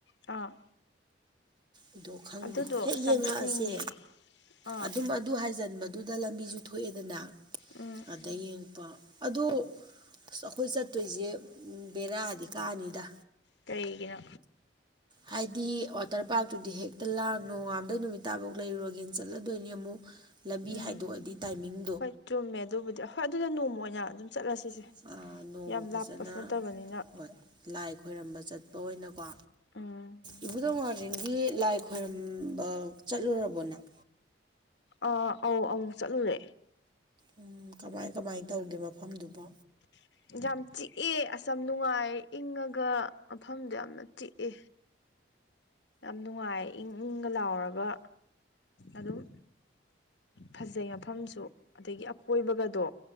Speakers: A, on the left; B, on the right.
A: ꯑꯥ
B: ꯑꯗꯣ ꯈꯪꯗꯦ
A: ꯑꯗꯨꯗꯣ
B: ꯍꯦꯛ
A: ꯑꯁ
B: ꯌꯦꯡꯉꯛꯑꯁꯦ
A: ꯌꯥꯝ ꯆꯠꯅꯤꯡꯉꯦ ꯑꯥ
B: ꯑꯗꯨꯝ ꯑꯗꯨ ꯍꯥꯏꯖꯟꯕ ꯑꯗꯨꯗ ꯂꯝꯕꯤꯁꯨ ꯊꯣꯛꯑꯦꯗꯅ
A: ꯎꯝ
B: ꯑꯗ ꯌꯦꯡꯉꯛꯄ ꯑꯗꯣ ꯑꯩꯈꯣꯏ ꯆꯠꯇꯣꯏꯁꯦ ꯕꯦꯔꯥꯗꯤ ꯀꯅꯤꯗ
A: ꯀꯩꯒꯤꯅꯣ
B: ꯍꯥꯏꯗꯤ ꯋꯥꯇꯔ ꯄꯥꯔꯛ ꯇꯨꯗꯤ ꯍꯦꯛꯇ ꯂꯥꯡ ꯅꯣꯡꯉꯥꯟꯕꯗꯩ ꯅꯨꯃꯤꯠ ꯇꯥꯐꯧ ꯂꯩꯔꯨꯔꯒꯦꯟ ꯆꯠꯂꯗꯣꯏꯅꯤ ꯑꯃꯨꯛ ꯂꯝꯕꯤ
A: ꯎꯝ
B: ꯍꯥꯏꯗꯣꯛꯑꯗꯤ ꯇꯥꯏꯃꯤꯡ
A: ꯍꯣꯏ ꯆꯨꯝꯃꯦ ꯑꯗꯨꯕꯨꯗꯤ ꯍꯣꯏ ꯑꯗꯨꯗ ꯅꯣꯡꯃ ꯑꯣꯏꯅ ꯑꯗꯨꯝ ꯆꯠꯂꯁꯤꯁꯦ
B: ꯆꯠꯂꯁꯤꯅꯦ ꯅꯣꯡꯃ
A: ꯌꯥꯝ
B: ꯐꯖꯅ
A: ꯂꯥꯞꯄꯁꯨ ꯅꯠꯇꯕꯅꯤꯅ
B: ꯍꯣꯏ ꯂꯥꯏ ꯈꯣꯏꯔꯝꯕ ꯆꯠꯄ ꯑꯣꯏꯅ ꯀꯣ
A: ꯎꯝ
B: ꯏꯕꯨꯙꯧ ꯃꯥꯔ ꯖꯤꯡꯒꯤ ꯂꯥꯏ ꯈꯣꯏꯔꯝꯕ ꯆꯠꯂꯨꯔꯕꯣ ꯅꯪ
A: ꯑꯥ ꯑꯧ ꯑꯃꯨꯠ ꯆꯠꯂꯨꯔꯦ
B: ꯎꯝ ꯀꯃꯥꯏ ꯀꯃꯥꯏ ꯇꯧꯒꯦ ꯃꯐꯝꯗꯨꯕꯣ
A: <inaudible> ꯌꯥꯝ ꯆꯤꯛꯑꯦ ꯑꯁ ꯌꯥꯝ ꯅꯨꯡꯉꯥꯏ ꯏꯪꯉꯒ ꯃꯐꯝꯗꯣ ꯌꯥꯝꯅ ꯆꯤꯛꯑꯦ ꯌꯥꯝ ꯅꯨꯡꯉꯥꯏ ꯏꯪ ꯏꯪꯒ ꯂꯥꯎꯔꯒ ꯑꯗꯨꯝ ꯐꯖꯩ ꯃꯐꯝꯁꯨ ꯑꯗꯒꯤ ꯑꯀꯣꯏꯕꯒꯗꯣ